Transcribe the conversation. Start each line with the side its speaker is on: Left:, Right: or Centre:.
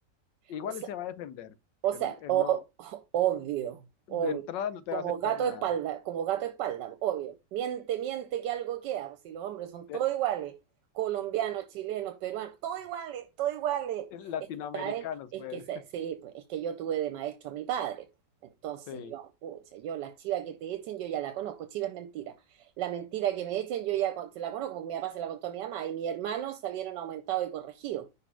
Left: igual
Right: O sea,
Left: él se va a defender,
Right: O
Left: él,
Right: sea,
Left: él
Right: o-
Left: no,
Right: <laughs> obvio,
Left: de
Right: obvio.
Left: entrada no te
Right: Como
Left: va a aceptar
Right: gato
Left: nada,
Right: de espalda, como gato de espalda, obvio. Miente, miente que algo queda, pues si los hombres son
Left: de,
Right: todos iguales, colombianos, chilenos, peruanos, todos iguales, todos iguales.
Left: eh, latinoamericanos
Right: Es que, ¿saben? Es
Left: pues,
Right: que, se- sí, pues es que yo tuve de maestro a mi padre. Entonces
Left: <laughs> sí,
Right: yo, pucha, yo la chiva que te echen, yo ya la conozco, chiva es mentira. La mentira que me echen, yo ya con- se la conozco, porque mi papá se la contó a mi mamá y mis hermanos salieron aumentados y corregidos.